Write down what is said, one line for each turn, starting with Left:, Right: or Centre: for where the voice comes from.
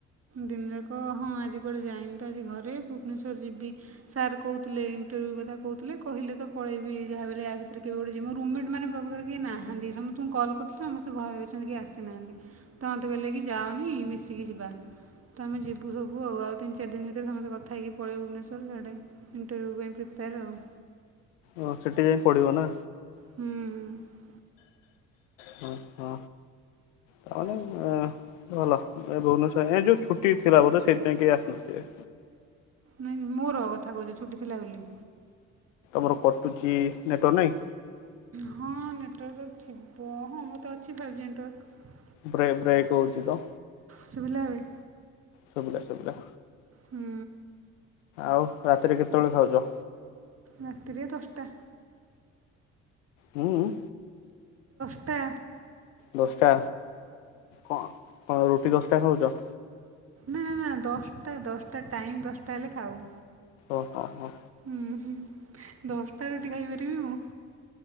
Right: ଦିନ ଯାକ ହଁ ଆଜି କୁଆଡେ ଯାଇନି ତ ଆଜି ଘରେ ଭୁବନେଶ୍ଵର ଯିବି ସାର୍ କହୁଥିଲେ ଇନ୍ ଟରଭ୍ୟୁ କଥା କହୁଥିଲେ କହିଲେ ତ ପଳେଇବି ଯାହା ବି ହେଲେ ଆ ଭିତରେ କେବେ ଗୋଟେ ଯିବି ମୋ ରୁମ ମେଟ୍ ମାନେ ପ୍ରକୃତରେ କେହି ନାହାନ୍ତି ସମତ ତୁଙ୍କୁ କଲ୍ କରିୁଥିଲି ସମସ୍ତେ ଘରେ ଅଛନ୍ତି କେହି ଆସି ନାହାଁନ୍ତି ତ ମୋତେ କହିଲେ କି ଯାଅନି ମିଶିକି ଯିବା। ତ ଆମେ ଯିବୁ ସବୁ ଆଉ ଆଉ ତିନ ଚାର ଦିନ ଭିତରେ ସମସ୍ତେ କଥା ହେଇକି ପଳେଇବୁ ଭୁବନେଶ୍ୱର ସିଆଡେ ଇଣ୍ଟରଭ୍ୟୁ ପାଇଁ ପ୍ରିପେୟାର୍। ଆଉ।
Left: ହ ସେଠି ଯାଇଁ ପଢିବ ନା?
Right: ହୁଁ ହୁଁ।
Left: ହଁ ହଁ। ତା ମାନେ ଆଁ ଭଲ ଏ ଭୁବନେସର ଏଁ ଯୋଉ ଛୁଟି ଥିଲା ବୋଧେ ସେଇଥି ପାଇଁ କେହି ଆସି ନଥିବେ।
Right: ନାଇଁ ମୋର କଥା କହୁଛ ଛୁଟି ଥିଲା ବେଲି।
Left: ତମର କଟୁଛି ନେଟୱାରକ ନାଇଁ।
Right: ହଁ ନେଟୱାର୍କ ଥିବ ହଁ ମୋର ତ ଅଛି ଫାଇଭ୍ ଜି ନେଟୱାର୍କ।
Left: ବ୍ରେ ବ୍ରେକ୍ ହଉଚି ତ?
Right: ଶୁଭିଲା ଏବେ?
Left: ଶୁଭିଲା ଶୁଭିଲା।
Right: ହୁଁ।
Left: ଆଉ ରାତିରେ କେତେବେଳେ ଖାଉଛ?
Right: ରାତିରେ ଦଶଟା।
Left: ହୁଁ
Right: ତା
Left: ଦଶଟା କଣ କଣ ରୁଟି ଦଶଟା ଖାଉଛ?
Right: ନା ନା ନା ଦଶଟା ଦଶଟା ଟାଇମ ଦଶଟା ହେଲେ ଖାଉ।
Left: ଓ ହୋ ହୋ।
Right: ହୁଁ ଦଶଟା ରୁଟି ଖାଇପାରିବି ମୁଁ।